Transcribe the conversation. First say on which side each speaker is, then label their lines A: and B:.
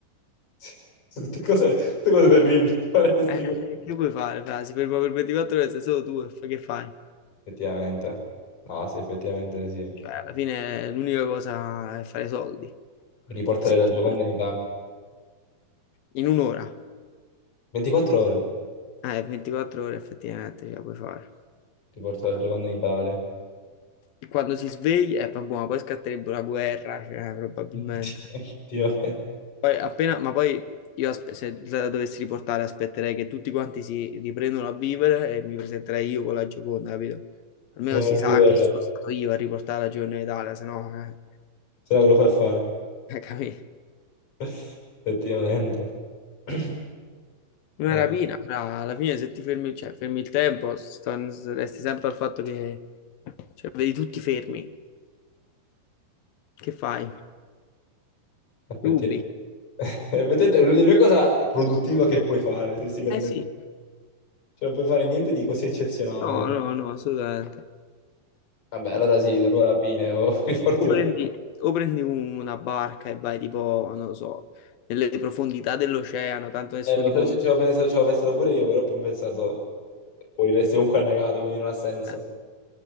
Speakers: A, on the left; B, on the left.
A: <laughs> Tutte cose, tutte cose terribili <laughs> faresti.
B: Eh,
A: con-
B: che puoi fare? fra? Si ferma per 24 ore, sei solo tu e fa- che fai?
A: Effettivamente. No, sì, effettivamente sì.
B: Cioè, alla fine l'unica cosa è fare soldi.
A: Riportare
B: Se
A: la
B: tu-
A: Gioconda in Italia.
B: In un'ora?
A: 24 ore.
B: Eh, 24 ore effettivamente ce la puoi fare.
A: Riportare la Gioconda in Italia.
B: E quando si sveglia, eh, vabbè, ma poi scatterebbe una guerra, cioè, probabilmente.
A: <laughs> Effettivamente.
B: Poi appena, ma poi io aspe- se la dovessi riportare aspetterei che tutti quanti si riprendano a vivere e mi presenterei io con la Gioconda, capito? Almeno
A: Manuale
B: si sa
A: di guerra,
B: che sono stato io a riportare la Gioconda in Italia, se no, eh,
A: se no ve lo fa fare.
B: <laughs> eh, capì?
A: <laughs> Effettivamente. <clears throat>
B: Una
A: Eh,
B: rapina, bra, alla fine se ti fermi, cioè, fermi il tempo, sto- resti sempre al fatto che, cioè, vedi tutti fermi, che fai?
A: effettivamente.
B: Rubi.
A: <laughs> E vedete, è l'unica cosa produttiva che puoi fare, se si permette.
B: Eh sì,
A: Cioè, non puoi fare niente di così eccezionale.
B: No, no, no, assolutamente.
A: Vabbè, allora sì, allora fine, ho <laughs> riporti
B: O
A: la
B: prendi, o prendi un- una barca e vai tipo, non lo so, nelle profondità dell'oceano, tanto adesso
A: Eh, lo
B: tipo,
A: so, ci ci avevo pensato, ci avevo pensato pure io, però poi ho pensato, moriresti comunque annegato, quindi non ha senso.
B: eh,